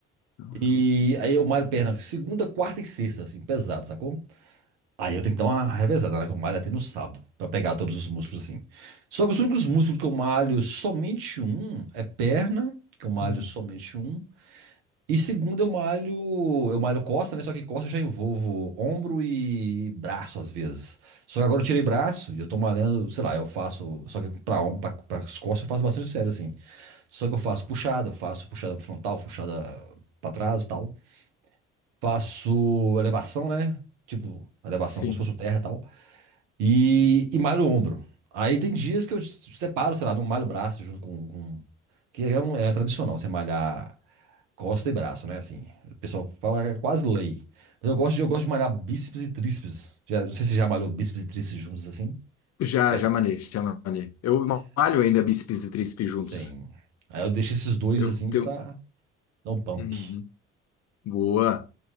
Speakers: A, on the left; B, on the right.
A: Ah,
B: E aí eu malho perna segunda, quarta e sexta, assim, pesado, sacou? Aí eu tenho que dar uma revezada, né? Que eu malho até no sábado, pra pegar todos os músculos, assim. Só que os únicos músculos que eu malho somente um é perna, que eu malho
A: hum,
B: somente um. E segunda eu malho, eu malho costa, né? Só que costa eu já envolvo ombro e braço às vezes. Só que agora eu tirei braço e eu tô malhando, sei lá, eu faço, só que pra ombro, pra, pras costas eu faço bastante sério, assim. Só que eu faço puxada, eu faço puxada frontal, puxada pra trás e tal. Faço elevação, né? Tipo, elevação
A: Sim.
B: como se fosse o terra e tal. E, e malho o ombro. Aí tem dias que eu separo, sei lá, não malho o braço junto com, com- Que é, um- é tradicional, você malhar costa e braço, né? Assim, o pessoal fala que é quase lei. Mas eu gosto de, eu gosto de malhar bíceps e tríceps. Já, não sei se você já malhou bíceps e tríceps juntos assim.
A: Já,
B: Já.
A: já
B: vi.
A: malhei, já malhei. Eu
B: Mas,
A: malho ainda bíceps e tríceps juntos.
B: sim. Aí eu deixo esses dois
A: Eu
B: assim
A: tenho.
B: pra dar um pump.
A: Uhum. Boa.